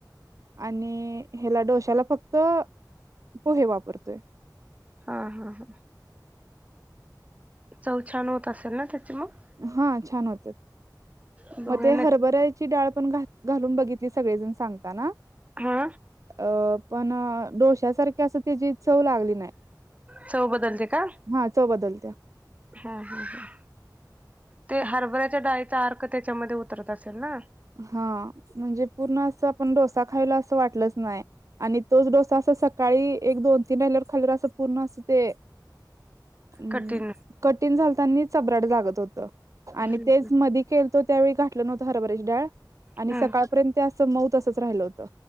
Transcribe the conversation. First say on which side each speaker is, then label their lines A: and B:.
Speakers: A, on the right; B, on the right.
A: आणि ह्याला डोश्याला फक्त त पोहे वापरतोय.
B: हा हा हा. चौ छान होत असेल ना त्याची मग
A: हा छान होत.
B: बघूया
A: मग ते
B: नक्की
A: हरभऱ्याची डाळ पण घालून बघितली सगळेजण सांगताना
B: हा.
A: अ पण डोश्यासारखी असं त्याची चव लागली नाही.
B: चव बदलते का?
A: हा च बदलत्या.
B: हा हा हा ते हरभऱ्याच्या डाळीचा अर्क त्याच्यामध्ये उतरत असेल ना
A: हा म्हणजे पूर्ण असं आपण डोसा खायला असं वाटलंच नाही आणि तोच डोस असा सका सकाळी एक दोन तीन राहिल्यावर खाल्लेलं असं पूर्ण असं ते अम्
B: कठीण
A: कठीण झालतानी चबराट जागत होत आणि
B: हम्म
A: तेच मध केलतो त्यावेळी घाठलं नव्हतं हरभरेच डाळ
B: हम्म
A: आणि सकाळपर्यंत ते असं मऊत असंच राहिलं होतं